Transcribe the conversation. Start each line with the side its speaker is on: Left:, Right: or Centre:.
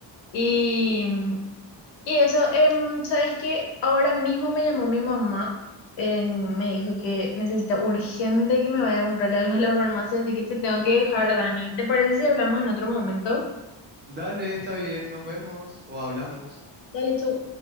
Left: Y, mm, y eso, em, ¿sabes qué? Ahora mismo me llamó mi mamá, em, me dijo que necesita urgente que me vaya a comprarle algo a la farmacia, así que te tengo que dejar, Dani. ¿Te parece si hablamos en otro momento?
Right: Dale, está bien, nos vemos o hablamos.
Left: Dale, chau.